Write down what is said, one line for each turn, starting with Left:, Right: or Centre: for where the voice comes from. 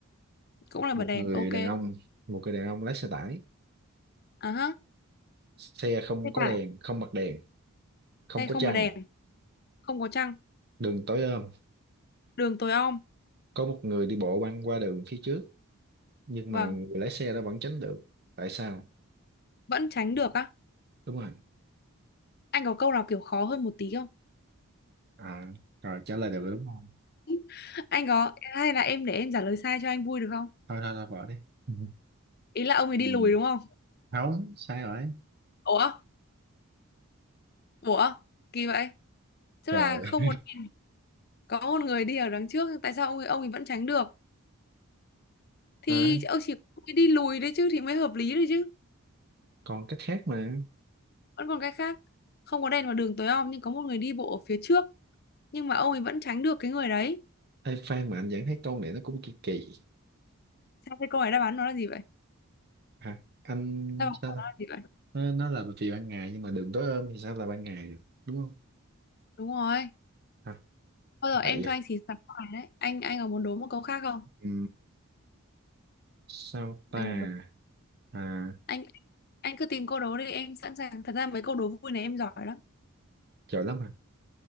Left: cũng là
Right: một
Left: bật đèn
Right: người
Left: ok
Right: đàn ông một người đàn ông lái xe tải
Left: à hả
Right: xe không
Left: xe
Right: có
Left: tải
Right: đèn không bật đèn không
Left: xe
Right: có
Left: không
Right: trăng
Left: bật đèn không có trăng
Right: đường tối om
Left: đường tối om
Right: có một người đi bộ băng qua đường phía trước nhưng
Left: vâng
Right: mà người lái xe đó vẫn tránh được tại sao
Left: vẫn tránh được á
Right: đúng rồi
Left: anh có câu nào kiểu khó hơn một tí không
Right: à rồi trả lời được rồi đúng không
Left: <laughs> anh có hay là em để em trả lời sai cho anh vui được không
Right: thôi thôi thôi bỏ đi ừ.
Left: ý là ông ấy đi
Right: Ừ.
Left: lùi đúng không
Right: không sai rồi
Left: ủa ủa kỳ vậy tức
Right: trời
Left: là không có đèn. có một người đi ở đằng trước tại sao ông ấy ông ấy vẫn tránh được thì
Right: à,
Left: ông chỉ ông ấy đi lùi đấy chứ thì mới hợp lý đấy chứ
Right: còn cách khác mà
Left: vẫn còn cái khác không có đèn vào đường tối om nhưng có một người đi bộ ở phía trước nhưng mà ông ấy vẫn tránh được cái người đấy
Right: Ê, Phan mà anh vẫn thấy câu này nó cũng kỳ kỳ
Left: sao thế câu hỏi đáp án nó là gì vậy
Right: hả anh
Left: đáp án
Right: sao
Left: của
Right: ta
Left: nó là gì vậy
Right: nó, nó là vì ban ngày nhưng mà đường tối om thì sao là ban ngày được đúng không
Left: đúng rồi
Right: à,
Left: thôi rồi
Right: vậy
Left: em cho anh xì xào câu này đấy anh anh có muốn đố một câu khác không
Right: à. sao ta
Left: anh muốn đố
Right: à
Left: anh anh cứ tìm câu đố đi em sẵn sàng thật ra mấy câu đố vui này em giỏi lắm
Right: giỏi lắm à